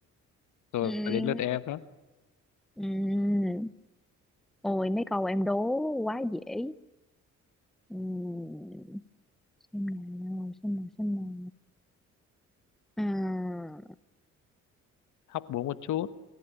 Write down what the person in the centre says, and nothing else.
Ừm,
ừm. ôi mấy câu em đố quá dễ Ừm, xem nào xem nào xem nào à,